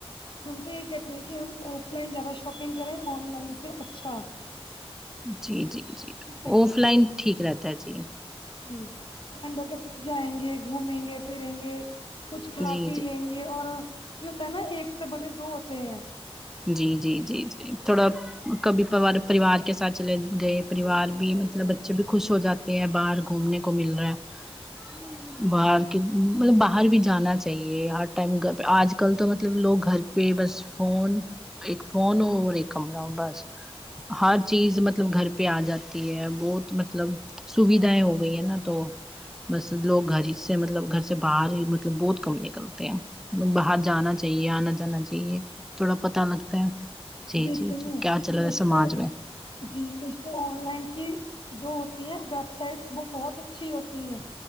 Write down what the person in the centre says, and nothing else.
جی جی جی
آف
لائن ٹھیک رہتا ہے جی
جی
جی
جی جی جی جی تھوڑا کبھی کبار پریوار کے ساتھ چلے گئے پریوار بھی
مطلب بچے
بھی خوش ہو جاتے ہیں باہر گھومنے کو مل رہا ہے باہر کے مطلب باہر بھی جانا چاہیے ہر ٹائم گھر پے آج کل تو مطلب لوگ گھر پے بس فون ایک فون ہو اور ایک کمرہ ہو بس ہر چیز مطلب گھر پے آ جاتی ہے بہت مطلب سویدھایں ہو گئی ہے نا تو بس لوگ گھر ہی سے مطلب گھر سے باہر ہی مطلب بہت کم نکلتے ہیں باہر جانا چاہیے آنا جانا چاہیے تھوڑا پتا لگتا ہے جی
جی
جی کیا چل
رہا ہے سماج
میں